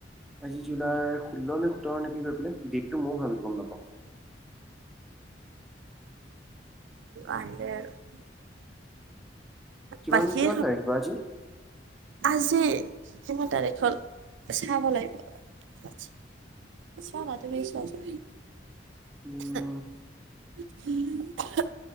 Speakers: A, in the centre; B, on the right.
A: আজি জুলাই ষোল্ল নে সোতৰ নেকি গৈ পেলাই ডেটতো মইয়ো ভালকে গম নাপাওঁ।
B: আহিলে আৰু।
A: কিমান
B: বাকী
A: কিমান তাৰিখ বা আজি
B: আজি কিমান তাৰিখ হ'ল চাব লাগিব। চোৱা মা তুমিয়ে চোৱা।
A: উম।
B: <inaudible>